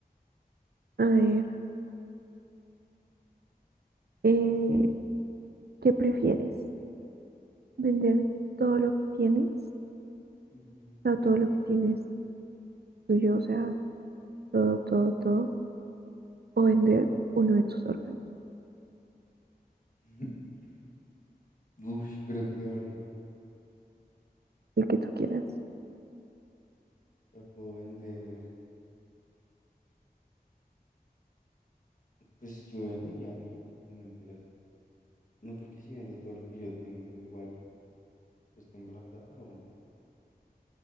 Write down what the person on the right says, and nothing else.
A ver, eh, ¿qué prefieres? ¿Vender todo lo que tienes?
O sea, todo lo que tienes tuyo, o sea, todo, todo, todo. ¿O vender uno de tus órganos?
El que tú quieras.